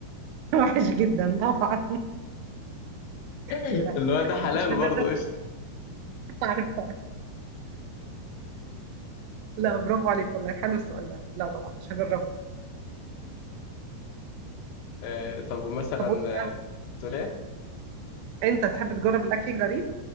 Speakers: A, on the right; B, on the left.
A: <laughs> وحش جدا طبعا
B: <laughs>
A: لا
B: اللي هو ده حلال
A: مش هجرب
B: برضه قشطة
A: عارفة لا برافو عليك والله حلو السؤال ده لا طبعا مش هجربه
B: آه، طب ومثلا
A: طب وإنت-
B: آه، تقول إيه؟
A: انت تحب تجرب الاكل الغريب